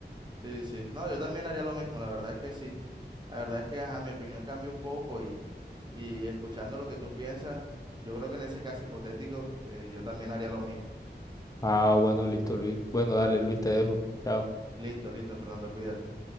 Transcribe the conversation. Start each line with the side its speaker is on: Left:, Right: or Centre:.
Right: Sí, sí. No, yo también haría lo mismo, la verdad es que sí. La verdad es que, ajá, mi opinión cambió un poco y, y escuchando lo que tú piensas, yo creo que en ese caso hipotético, eh, yo también haría lo mismo.
Left: Ah, bueno, listo Luis. Bueno, dale Luis, te dejo. Chao.
Right: Listo, listo, Fernando, cuídate.